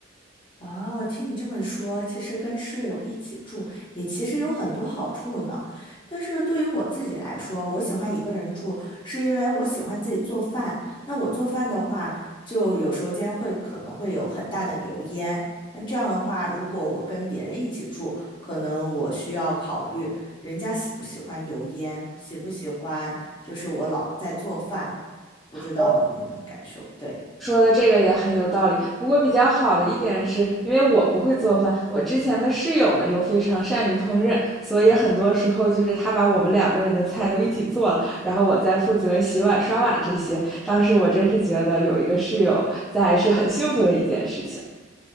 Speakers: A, on the left; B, in the centre.
A: 哦，听你这么说，其实跟室友一起住也其实有很多好处呢。但是对于我自己来说，我喜欢一个人住，是因为我喜欢自己做饭。那我做饭的话，就有时候间会可能会有很大的油烟。那这样的话，如果我跟别人一起住，可能我需要考虑人家喜不喜欢油烟，喜不喜欢就是我老在做饭，不知道你能感受，
B: 哦
A: 对。
B: 说的这个也很有道理，不过比较好的一点是，因为我不会做饭，我之前的室友呢又非常善于烹饪，所以很多时候就是他把我们两个人的菜都一起做了，然后我在负责洗碗、刷碗这些。当时我真是觉得有一个室友在是很幸福的一件事情。